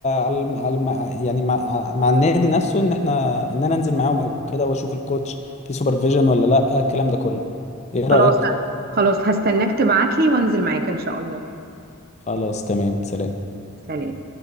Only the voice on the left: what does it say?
على الم- على الم- يعني مع, مع النادي نفسه ان احنا ان انا انزل معاهم او كده واشوف الكوتش في سوبرفيجن ولا لا الكلام ده كله ايه رايك
خلاص تمام سلام